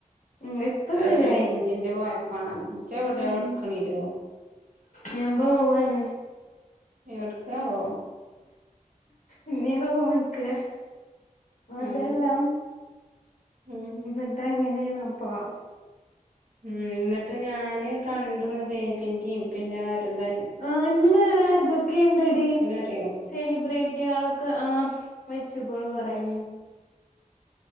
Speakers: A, on the left; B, on the right.
A: ഉം ഇപ്പൊ
B: അ
A: ശരിയായി
B: റേഞ്ചിന്റെ വായ്പാണത് ചവിടെ
A: ഉം
B: വടക്കണല്ലോ
A: ഞാൻ പോവാണ്
B: എവിടുക്ക ഓ
A: ഇന്നിറൂം ഇൻക്ക് അതെല്ലാം
B: ഉം ഉം
A: എന്നിട്ടാ <unintelligible> പോ
B: ഉം എന്നിട്ട് ഞാന് കണ്ടന്ന് ബേബിന്റെയും പിന്നെ അരുതൻ
A: ആ ഇന്ന് വേറെരുതൊക്കെ ഇണ്ട്ടി
B: അറിയോ
A: സെലിബ്രിറ്റികളൊക്കെ ആഹ് വെച്ചു ഗുണ കുറെ
B: ഉം